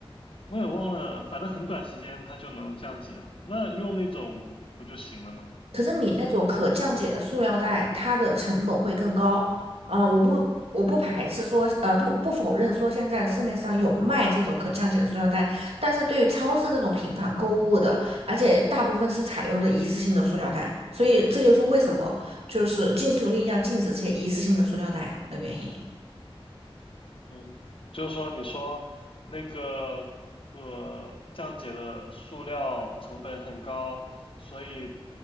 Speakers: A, on the left; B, on the right.
A: 我也忘了，反正很短时间它就能降解了。那用那种不不就行了吗？
B: 可是你那种可降解的塑料袋，
A: 是不是？
B: 它的成本会更高。啊，我不我不排斥说，呃，不不否认说现在的市面上有卖这种可降解的塑料袋，但是对于超市这种频繁购物的，而且大部分是采用的一次性的塑料袋，所以这就是为什么就是禁塑令要禁止这些一次性的塑料袋的原因。
A: 嗯，就是说，你说那个可降解的塑料成本很高，所以